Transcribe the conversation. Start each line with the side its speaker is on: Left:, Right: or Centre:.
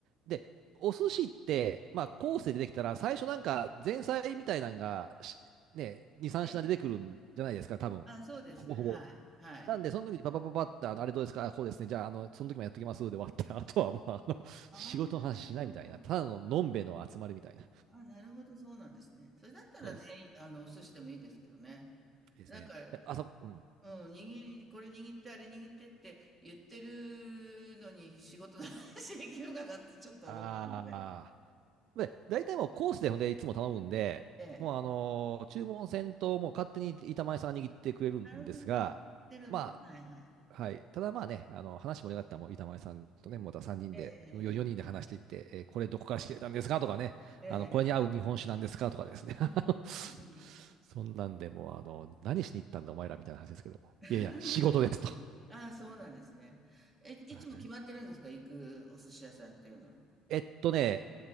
Right: で、お寿司って、まあ、コースで出てきたら、最初なんか前菜みたいなのがし、ね、2、3品出てくるんじゃないですか、
Centre: ええ、
Right: 多分。
Centre: ああ、そうですね。
Right: ほぼほぼ。
Centre: はい、はい。
Right: なんで、その時にパパパパって、あの、あれどうですか、あこうですね、じゃあ、あの、その時もやってきますで終わって、<laughs> あとはもう、あの、
Centre: ああ、
Right: 仕事の話しないみたいな、
Centre: なるほど。
Right: ただののんべえの集まりみたいな。
Centre: ああ、なるほど、そうなんですね。それだったらね、
Right: そうです。
Centre: あの、お寿司でもいいですけどね。
Right: ですね。
Centre: なんか、
Right: であそこ、うん。
Centre: うん、握り、これ握って、あれ握ってって言ってるのに仕事の話できるかなってちょっと思ったので。
Right: ああ。で、大体もうコースでほんでいつも頼むんで、
Centre: ええ。
Right: もうあのー注文せんと、もう勝手に板前さんが握ってくれるんですが、
Centre: なるほど、聞いてるんだ。
Right: ま
Centre: はいはい。
Right: あ、はい。ただまあね、あの、話盛り上がったらもう板前さんとね、また3人で、
Centre: ええ、
Right: 4人で話していって、えーこれどこから仕入れたんですかとかね、
Centre: ええ、
Right: あの、これに合う日本酒なんですかとかですね。
Centre: ええ。うんうんうんうん。
Right: <laughs> あの、そんなんでもう、あの、何しに行ったんだお前らみたいな話ですけども。
Centre: <laughs>
Right: いやいや、仕事ですと。
Centre: ああ、そうなんですね。え、いつも決まってるんですか行くお寿司屋さんっていうのは。
Right: はいえっとね、